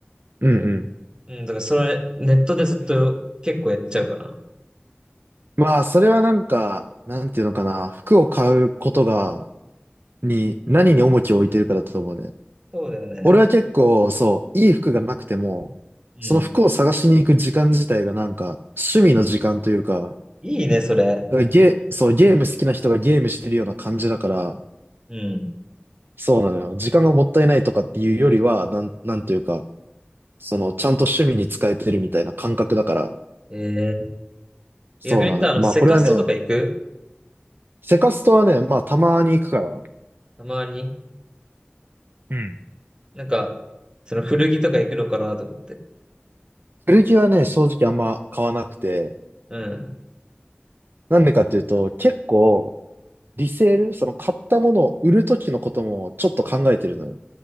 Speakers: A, on the right (about 60°); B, on the right (about 20°).
A: うんうん。
B: うん、だからそれ、ネットでずっと結構やっちゃうかな。
A: まあ、それはなんか、なんていうのかな。服を買うことが、に、何に重きを置いてるかだと思うね。
B: そうだよね。
A: 俺は結構、そう、いい服がなくても、
B: うん。
A: その服を探しに行く時間自体がなんか、趣味の時間というか、
B: いいね、それ。
A: だからゲ、そう、ゲーム好きな人がゲームしてるような感じだから、
B: うん。
A: そうなのよ。時間がもったいないとかっていうよりは、なん、なんていうか、その、ちゃんと趣味に使えてるみたいな感覚だから、
B: えー、
A: そうなのよ。
B: 逆にさ、あの、
A: まあ、
B: セカストとか行く
A: これはね、セカストはね、まあたまに行くから。
B: たまに。
A: うん。
B: なんか、その古着とか行くのかなと思って。
A: 古着はね、正直あんま買わなくて。
B: うん。
A: なんでかっていうと、結構、リセール、その買ったものを売るときのこともちょっと考えてるのよ。